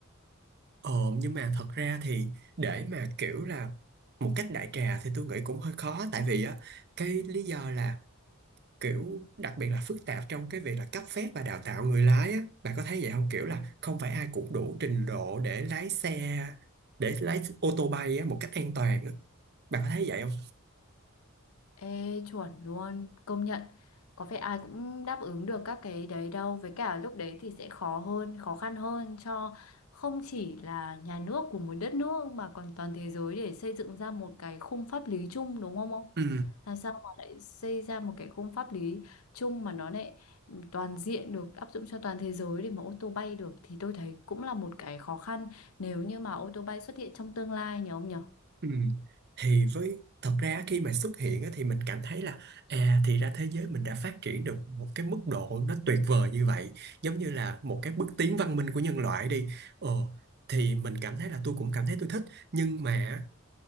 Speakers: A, on the right; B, on the left.
A: ờ nhưng mà thật ra thì để mà kiểu là một cách đại trà thì tôi nghĩ cũng hơi khó tại vì á cái lý do là kiểu đặc biệt là phức tạp trong cái việc là cấp phép và đào tạo người lái á bạn có thấy vậy không kiểu là không phải ai cũng đủ trình độ để lái xe để lái ô tô bay á, một cách an toàn á bạn có thấy vậy không
B: Ê, chuẩn luôn, công nhận. Có phải ai cũng đáp ứng được các cái đấy đâu. Với cả lúc đấy thì sẽ khó hơn, khó khăn hơn cho không chỉ là nhà nước của một đất nước mà còn toàn thế giới để xây dựng ra một cái khung pháp lý chung đúng không ông?
A: Ừ.
B: Làm sao mà lại xây ra một cái khung pháp lý chung mà nó lại toàn diện được áp dụng cho toàn thế giới để mà ô tô bay được thì tôi thấy cũng là một cái khó khăn nếu như mà ô tô bay xuất hiện trong tương lai nhỉ ông nhỉ?
A: ừ. thì với thật ra khi mà xuất hiện á, thì mình cảm thấy là à thì ra thế giới mình đã phát triển được một cái mức độ nó tuyệt vời như vậy giống như là một cái bước tiến văn minh của nhân loại đi ờ thì mình cảm thấy là tôi cũng cảm thấy tôi thích nhưng mà